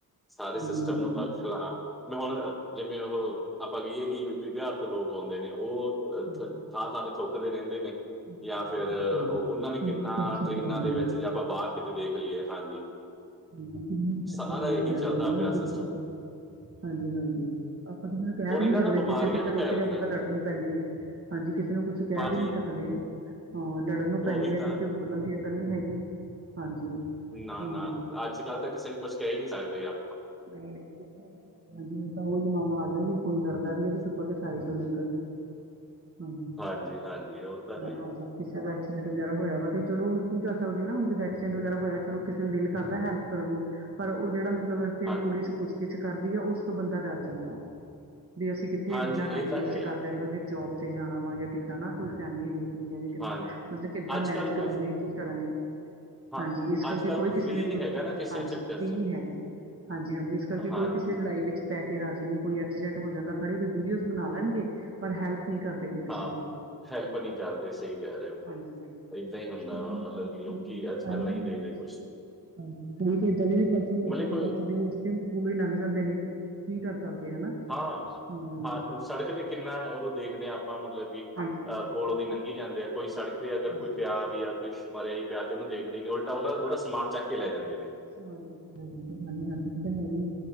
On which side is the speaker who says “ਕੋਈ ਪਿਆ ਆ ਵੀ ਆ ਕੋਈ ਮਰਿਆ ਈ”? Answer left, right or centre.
Centre